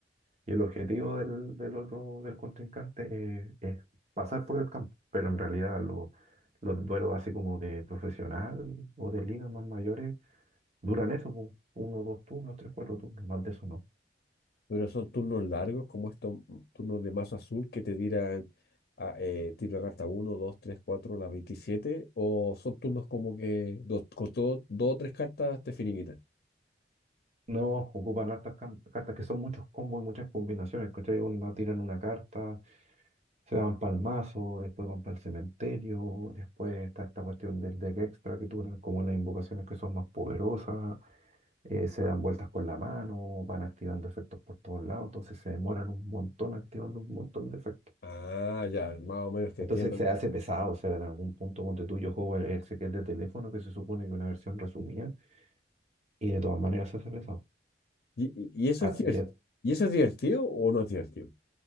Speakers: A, on the right; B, on the left.
A: Y el objetivo del, del otro, del contrincante eh, es pasar por el campo, pero en realidad lo- los duelos así como de profesional o de ligas más mayores duran eso, pues, uno, dos turnos, tres, cuatro turnos, más de eso no.
B: Pero son turnos largos, como estos turnos de más azul que te tiran a, eh, tiro la carta uno 2 3 4 la 27 o son turnos como que dos, con todo, dos o tres cartas te finiquitan.
A: No, ocupan hartas cam- cartas que son muchos combos y muchas combinaciones, ¿cachai? Onda, tiran una carta, se van para el mazo, después van para el cementerio, después está esta cuestión del deck extra que duran como las invocaciones que son más poderosas, eh, se dan vueltas con la mano, van activando efectos por todos lados, entonces se demoran un montón activando un montón de efectos.
B: Ah, ya, más o menos te
A: Entonces
B: entiendo.
A: se hace pesado, o sea, en algún punto ponte tú, yo juego el, el que es de teléfono, que se supone que es una versión resumida, y de todas maneras se hace pesado.
B: ¿Y, y, y eso
A: Ah,
B: es divertido?
A: y es
B: ¿Y eso es divertido o no es divertido?